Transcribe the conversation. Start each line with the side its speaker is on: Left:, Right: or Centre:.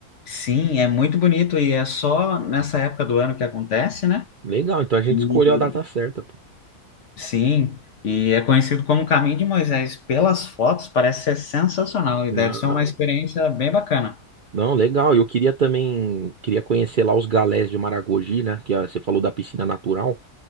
Left: sim, é muito bonito e é só nessa época do ano que acontece, né?
Right: Legal, então a gente
Left: E
Right: escolheu a data certa, pô.
Left: sim, e é conhecido como Caminho de Moisés. Pelas fotos, parece ser sensacional e
Right: Ah,
Left: deve ser uma experiência bem bacana.
Right: não, legal. Eu queria também. Queria conhecer lá os galés de Maragogi, né? Que ah, você falou da piscina natural.